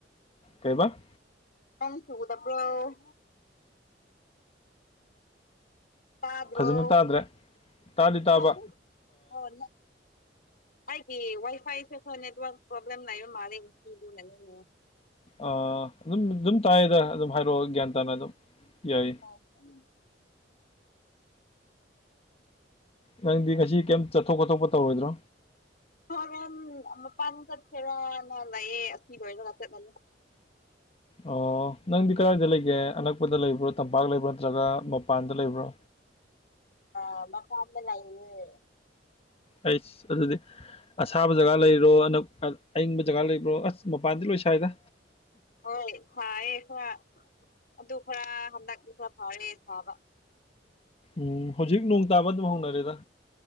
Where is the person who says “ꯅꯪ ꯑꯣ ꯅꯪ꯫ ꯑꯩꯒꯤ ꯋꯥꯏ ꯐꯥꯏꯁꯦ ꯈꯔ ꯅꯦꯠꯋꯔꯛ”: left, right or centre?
Left